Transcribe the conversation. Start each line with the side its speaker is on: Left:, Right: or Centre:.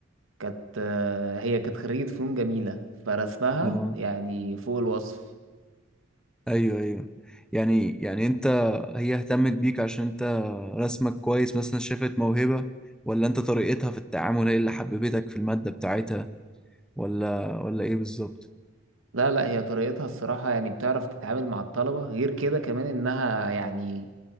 Right: كانت آه، هي كانت خريجة فنون جميلة فرسمها
Centre: اه
Right: يعني فوق الوصف
Centre: ايوه ايوه يعني يعني انت هي اهتمت بيك عشان انت رسمك كويس مثلا شافت موهبة ولا انت طريقتها في التعامل هي اللي حببتك في المادة بتاعتها ولا ولا ايه بالظبط
Right: لا لا هي طريقتها الصراحة يعني بتعرف تتعامل مع الطلبة غير كده كمان انها يعني